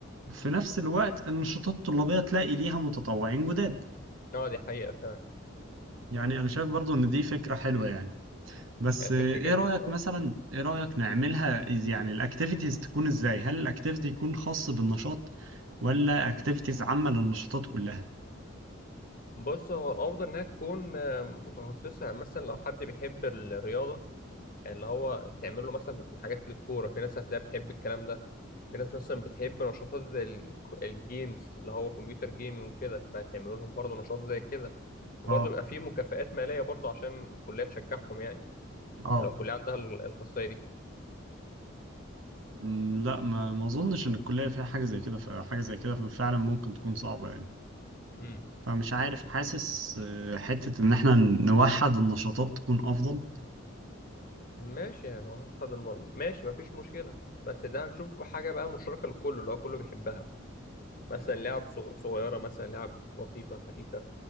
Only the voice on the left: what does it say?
اه دي حقيقه فعلا
يعني
فكره جميله
اه
بص هو الافضل انها تكون آه، متخصصه يعني مثلا لو حد بيحب الرياضه اللي هو تعمل له مثلا حاجات للكوره في ناس هتلاقيها بتحب الكلام ده في ناس مثلا بتحب نشاطات زي ال- الجيمز اللي هو كمبيوتر جيمنج وكده فهتعملوا لهم برضه نشاط زي كده وبرضه
بيبقى فيه مكافآت مالية برضه عشان الكلية تشجعهم يعني
ده لو الكلية عندها ال- الخاصية دي
امم
ماشي يعني هنحضر المر... ماشي مفيش مشكلة بس ده هنشوف حاجة بقى مشتركة لكله اللي هو كله بيحبها مثلا لعب صغ- صغيرة مثلا لعب لطيفة خفيفة